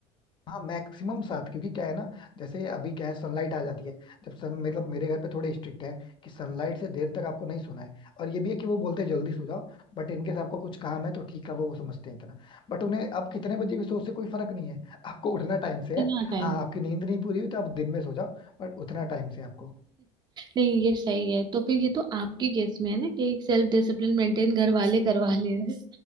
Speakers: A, on the left; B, on the right.
A: हाँ मैक्सिमम सात क्योंकि क्या है ना जैसे अभी क्या है सनलाइट आ जाती है जब सन मतलब मेरे घर पे थोड़े स्ट्रिक्ट है कि सनलाइट से देर तक आपको नहीं सोना है और ये भी है कि वो बोलते हैं जल्दी सो जाओ बट इनकेस आपको कुछ काम है तो ठीक है वो वो समझते हैं इतना बट उन्हें आप कितने बजे भी सो उससे कोई फर्क नहीं है आपको उठना टाइम से
B: इतना
A: है
B: टाइम
A: हाँ आपकी नींद नहीं पूरी हुई तो आप दिन में सो जाओ बट उतना टाइम से आपको
B: नहीं ये सही है तो फिर ये तो आपके केस में है ना कि एक सेल्फ डिसिप्लिन मेंटेन घर वाले करवा ले रहे हैं